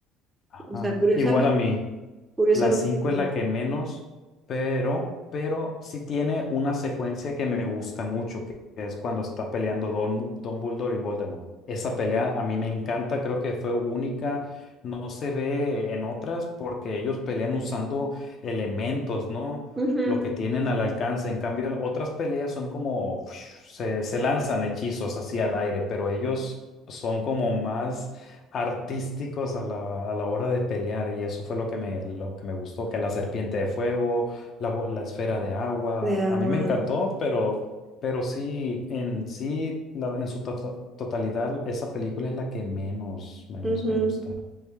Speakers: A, on the left; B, on the right.
A: ajá.
B: O sea, curiosamente,
A: Igual a mí.
B: curiosamente
A: La 5
B: como...
A: es la que menos, pero, pero sí tiene una secuencia que me gusta mucho, que, que es cuando está peleando Don, Dumbledore y Voldemort. Esa pelea a mí me encanta, creo que fue única, no se ve en otras porque ellos pelean usando elementos, ¿no?
B: Ujú,
A: Lo que tienen al alcance. En cambio, otras peleas son como, <sniffs> se, se lanzan hechizos así al aire, pero ellos son como más artísticos a la, a la hora de pelear y eso fue lo que me, lo que me gustó, que la serpiente de fuego, la, bo- la esfera de agua,
B: De agua.
A: a mí me encantó, pero, pero sí, en sí, la- en su to- totalidad, esa película es la que menos, menos
B: Ujú.
A: me gusta.